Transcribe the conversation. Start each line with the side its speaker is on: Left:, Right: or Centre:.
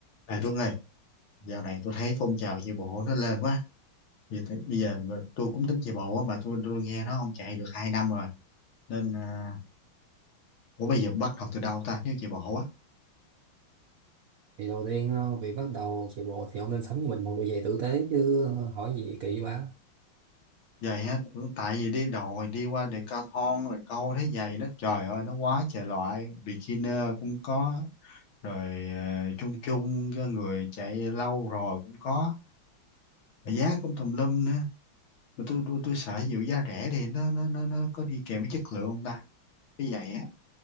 Left: Này Tuấn ơi, dạo này tôi thấy phong trào chạy bộ nó lên quá. Vì thế- bây giờ mà tôi cũng tính chạy bộ á, mà tôi, tôi nghe nó không chạy được 2 năm rồi. Nên, à, ủa bây giờ bắt đầu từ đâu ta nếu chạy bộ á?
Right: thì đầu tiên ờ, việc bắt đầu chạy bộ thì ông nên sắm cho mình một đôi giày tử tế chứ ờ, hỏi gì kỳ quá
Left: Vậy á, ừ, tại vì đi đồi, đi qua Decathlon rồi câu thấy giày nó trời ơi nó quá trời loại. Beginner cũng có, rồi à, chung chung cho người chạy lâu rồi cũng có. Mà giá cũng tùm lum nữa. Mà tôi tôi tôi sợ dụ giá rẻ thì nó nó nó nó có đi kèm với chất lượng không ta? Cái giày á,